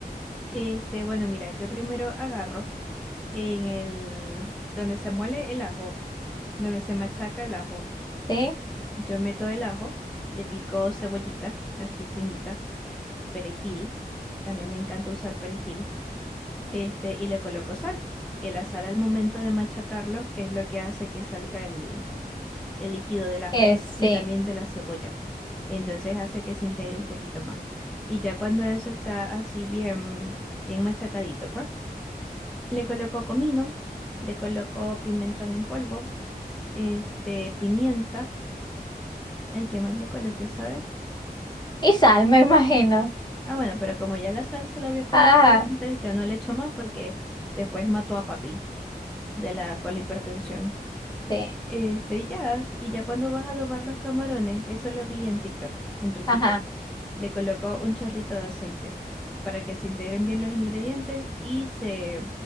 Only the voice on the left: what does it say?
¿Sí?
Eh, sí.
Y sal, me imagino.
Ajá,
sí.
Ajá.